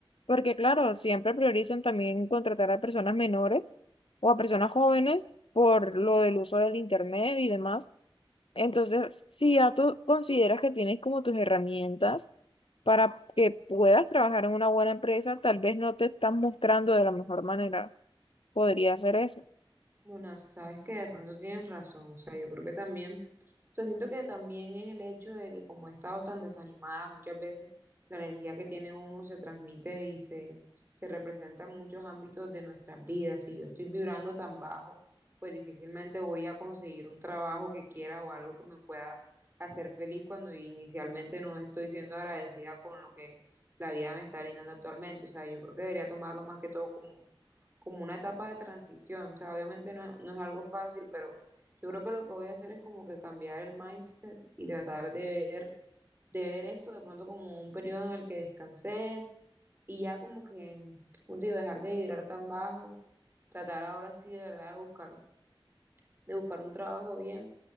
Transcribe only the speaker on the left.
porque claro, siempre priorizan también contratar a personas menores o a personas jóvenes por lo del uso del internet y demás. Entonces, si ya tú consideras que tienes como tus herramientas para que puedas trabajar en una buena empresa, tal vez no te estás mostrando de la mejor manera. Podría ser eso.